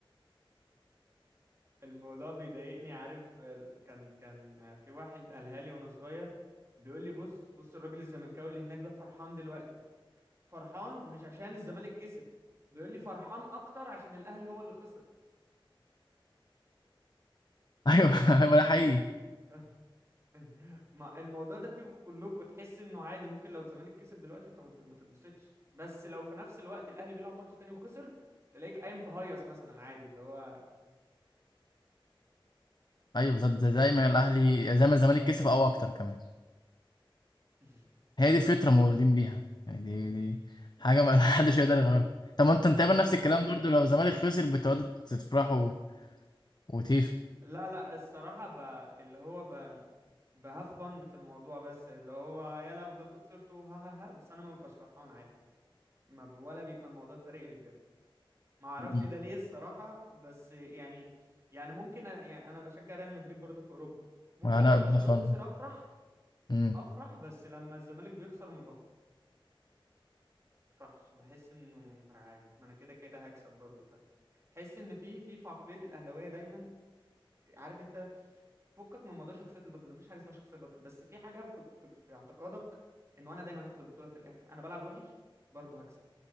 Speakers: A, on the right; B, on the left.
A: الموضوع بيضايقني عارف آه، كان كان آه، في واحد قالها لي وانا صغير بيقول لي بص بص الراجل الزملكاوي اللي هناك ده فرحان دلوقتي فرحان مش عشان الزمالك كسب بيقول لي فرحان اكتر عشان الاهلي هو اللي خسر
B: <laughs> ايوه ما ده حقيقي
A: <laughs> <laughs> ما الموضوع ده فيكوا كلكوا تحس انه عادي ممكن لو الزمالك كسب دلوقتي انت ما ت- ما تتبسطش بس لو في نفس الوقت الاهلي بيلعب ماتش تاني وخسر تلاقيك قايم تهيص مثلا عادي اللي هو
B: ايوه بالظبط زي زي ما الاهلي زي ما الزمالك كسب او اكتر كمان
A: <laughs>
B: هي دي الفكره مولودين بيها يعني دي دي حاجه ما <laughs> حدش يقدر يغيرها طب ما انتوا تقريبا نفس
A: ما
B: الكلام برضو لو الزمالك خسر بتقعدوا تفرحوا وتيف
A: لا لا الصراحة ب... اللي هو ب... بهاف فن في الموضوع بس اللي هو يلا ده انتوا خسرتوا ها ها ها بس انا ما ببقاش فرحان عادي ما ب... ولا بيبقى الموضوع فارق لي بجد ما اعرفش
B: مم.
A: ده ليه الصراحة بس يعني يعني ممكن أ- يعني انا بشجع ريال مدريد برضه في اوروبا ممكن
B: ما انا
A: لو برشلونة
B: بلس وان
A: خسر افرح
B: امم
A: افرح بس لما الزمالك بيخسر ما بفرحش بحس انه عادي ما انا كده كده هكسب برضو بقى. تحس ان في في في عقليه الاهلاويه دايما عارف انت فكك من موضوع شخصيه البطل ده مفيش حاجه اسمها شخصيه بطل بس في حاجه في, في, في اعتقادك انه انا دايما هاخد البطوله في الاخر انا بلعب وحش برضه هكسب